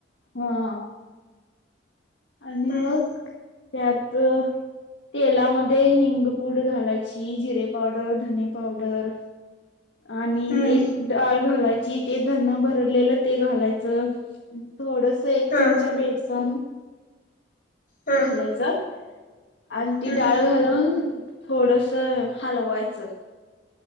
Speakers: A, on the left (about 70°); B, on the left (about 50°).
A: हा.. आणि
B: हम्म
A: मग त्यात. तेलामध्ये हिंगपूड घालायची. जिरे पावडर, धनी पावडर. आणि
B: हम्म
A: ते डाळ घालायची. ते धण भरडलेलं ते घालायचं. थोडस एक
B: हा
A: चमचा बेसन.
B: हा
A: घालायचं. आणि ती
B: हम्म
A: डाळ घालून थोडस हलवायचं.